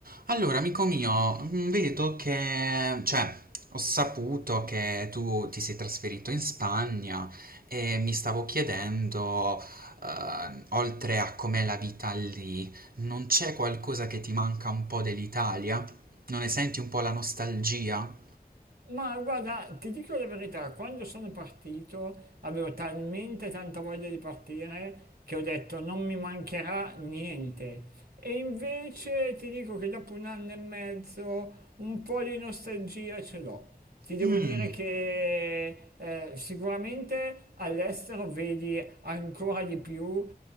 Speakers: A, on the right; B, on the right.
A: Allora, amico mio, mh, vedo che, cioè, ho saputo che tu ti sei trasferito in Spagna e mi stavo chiedendo, eh, oltre a com'è la vita lì, non c'è qualcosa che ti manca un po' dell'Italia? Non ne senti un po' la nostalgia?
B: Ma guarda, ti dico la verità, quando sono partito avevo talmente tanta voglia di partire che ho detto non mi mancherà niente. E invece ti dico che dopo un anno e mezzo un po' di nostalgia ce l'ho. Ti devo
A: Mm,
B: dire che eh, sicuramente all'estero vedi ancora di più